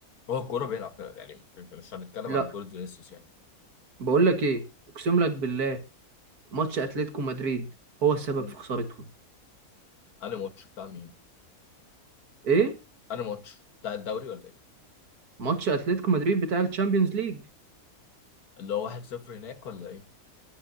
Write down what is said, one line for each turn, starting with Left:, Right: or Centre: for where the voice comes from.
Left: هو الكوره بيلعب فيها، يعني مش مش هنتكلم
Right: لا
Left: على كوره فينيسيوس يعني
Right: بقول لك ايه اقسم لك بالله ماتش اتلتيكو مدريد هو السبب
Left: مم.
Right: في خسارتهم
Left: انا ماتش بتاع مين؟
Right: ايه
Left: انا ماتش بتاع الدوري ولا ايه؟
Right: ماتش اتلتيكو مدريد بتاع الشامبيونز ليج
Left: اللي هو 1-0 هناك ولا ايه؟